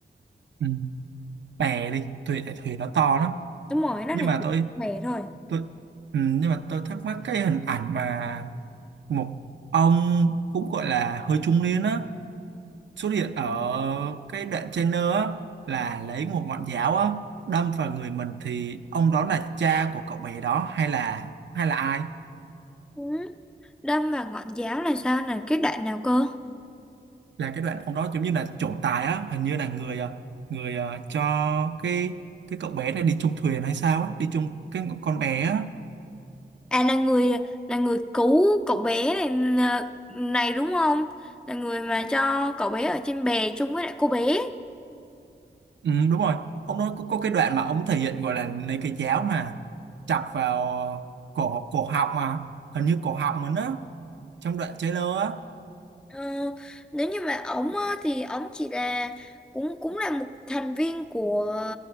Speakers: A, on the right; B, in the centre.
A: ừ. bè đi thuyền tại thuyền nó to lắm
B: Đúng rồi, nó
A: nhưng
B: là
A: mà
B: chỉ
A: tôi
B: về thôi.
A: tôi ừ, nhưng mà tôi thắc mắc cái hình ảnh mà một ông cũng gọi là hơi trung niên á xuất hiện ở cái đoạn trainer á là lấy một ngọn giáo á đâm vào người mình thì ông đó là cha của cậu bé đó hay là hay là ai
B: Ừ. Đâm vào ngọn giáo là sao là cái đoạn nào cơ?
A: là cái đoạn ông đó giống như là trổ tài á hình như là người ờ, người ờ, cho cái cái cậu bé này đi chung thuyền hay sao á đi chung cái con bé á
B: À là người là người cứu cậu bé này này đúng không? Là người mà cho cậu bé ở trên bè chung với lại cô bé.
A: ừ, đúng rồi ông đó có, có cái đoạn mà ông thể hiện gọi là lấy cái giáo mà chọc vào cổ cổ họng mà hình như cổ họng mình á trong đoạn trailer á
B: Ờ, nếu như mà ổng á, thì ổng chỉ là cũng cũng là một thành viên của